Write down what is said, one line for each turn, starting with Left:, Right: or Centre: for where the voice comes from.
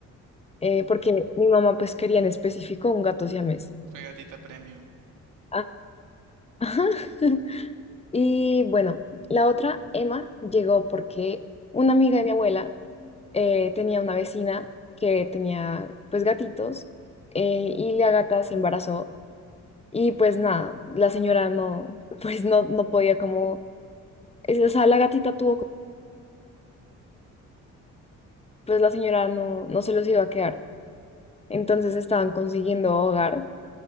Left: eh, porque mi mamá pues quería en específico un gato siamés.
Right: fue gatita premium.
Left: Ah, ajá. <laughs> Y bueno, la otra, Emma, llegó porque una amiga de mi abuela eh, tenía una vecina que tenía pues gatitos eh, y la gata se embarazó y pues nada, la señora no, <laughs> pues no, no podía como, es- o sea, la gatita tuvo, co- pues la señora no, no se los iba a quedar. Entonces estaban consiguiendo hogar